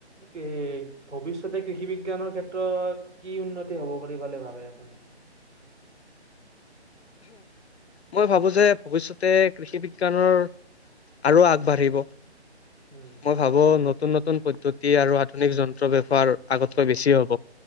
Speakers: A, on the right; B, on the left.
A: এ ভৱিষ্যতে কৃষি বিজ্ঞানৰ ক্ষেত্ৰত কি উন্নতি হ'ব পাৰি ভাল লে ভাবে আপুনি?
B: মই ভাবো যে ভৱিষ্যতে কৃষি বিজ্ঞানৰ আৰু আগবাঢ়িব
A: উম,
B: মই ভাবো নতুন নতুন পদ্ধতি আৰু আ ধুনিক যন্ত্ৰ ব্যৱহাৰ আগতকৈ বেছি হ'ব